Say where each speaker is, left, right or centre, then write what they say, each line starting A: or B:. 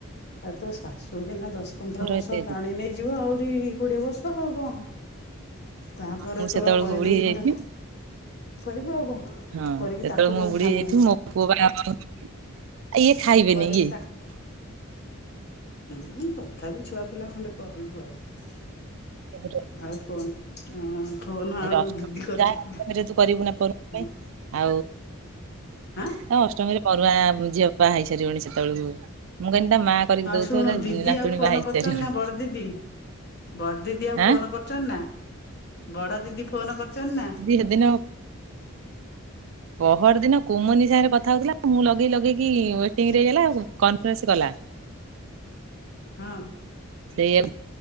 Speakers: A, on the left (about 50°); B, on the right (about 65°).
A: ଆଉ ତୋ ଶାଶୁ କିନା ଦଶ ପନ୍ଦର ବର୍ଷ
B: ଏତେ
A: ଟାଣି ନେଇଯିବ ଆହୁରି କୋଡିଏ ବର୍ଷ ଆଉ କଣ ତାପରେ
B: ମୁଁ
A: ତୋର
B: ସେତେବେଳକୁ
A: କରିଦେଇ
B: ବୁଢୀ ହେଇଯାଇଥିବି
A: ଖଣ୍ଡେ କରିବୁ ଆଉ କଣ
B: ହଁ
A: କରିକି
B: ସେତେବେଳେ
A: ତାକୁ
B: ମୁଁ
A: ଦବୁ
B: ବୁଢ଼ି
A: ସାନକୁ
B: ହେଯାଇଥିଵି ମୋ ପୁଅ ବାହାଘର ଆ ଆଉ ଇଏ ଖାଇବେନି
A: ତୁ କରିକି
B: କି
A: ତାକୁ ହୁଁ ତଥାପି ଛୁଆ ପିଲା ଖଣ୍ଡେ କରିବୁ ଆଉ।
B: ଆ ହୁଁ
A: ଆଉ ଫୋନ୍ ହଁ ଫୋନ୍ ଆଉ
B: ଅଷ୍ଟମୀ
A: ଦିଦି କରିଛନ୍ତି
B: ଯାହେଲେ କରିବୁ ପରୁଆଁ ପାଇଁ
A: ଦି
B: ଆଉ ହୁଁ
A: ହାଁ
B: ତା ଅଷ୍ଟମୀରେ ପରୁଆଁ ଝିଅ ବା ହେଇ ସାରିବଣି ସେତେବେଳକୁ ମୁଁ କହିଲି ତା ମା କରିକି
A: ହ
B: ଦଉଥିବ
A: ଶୁଣୁ
B: ତା
A: ଦିଦି
B: ନାତୁଣୀ
A: ଆଉ ଫୋନ
B: ବାହା ହେଇ
A: କରୁ
B: ସାରିବଣି
A: ଚନ୍ତି ନା ବଡ ଦିଦି? ବଡ ଦିଦି ଆଉ
B: ଆଁ।
A: ଫୋନ କରଚନ୍ ନା ବଡ ଦିଦି ଫୋନ କରଚନ୍ ନା?
B: ଦି ଦିନ ପହର ଦିନ କୁମୁନି ସାଙ୍ଗରେ କଥା ହଉଥିଲା ମୁଁ ଲଗେଇ ଲଗେଇକି ୱେଟିଂରେଲା କନଫରେନ୍ସ କଲା।
A: ହୁଁ।
B: ସେଇଆ